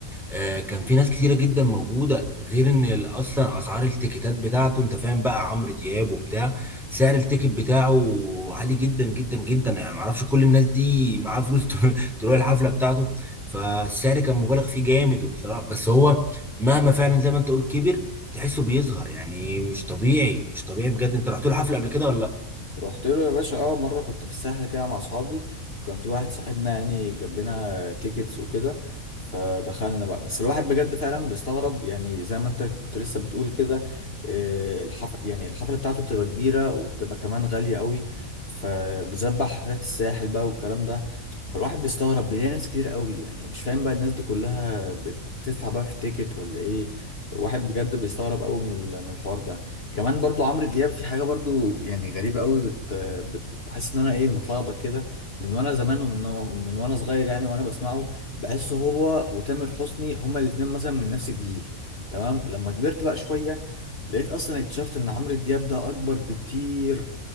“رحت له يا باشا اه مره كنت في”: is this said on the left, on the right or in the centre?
Left